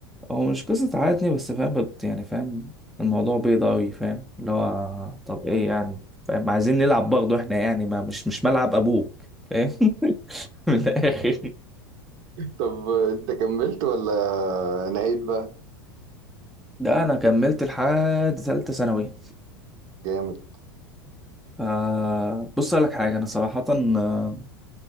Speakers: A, in the centre; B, on the right (about 50°).
A: هو مش قصة عادني بس فاهم بت- يعني فاهم الموضوع بيض أوي فاهم اللي هو طب إيه يعني فاهم عايزين نلعب برضه إحنا يعني ما مش مش ملعب أبوك فاهم <laughs> من الآخر
B: طب انت كملت ولا نهيت بقى
A: ده أنا كملت لحد تالتة ثانوي
B: جامد
A: ف- بص أقول لك حاجة أنا صراحة آه،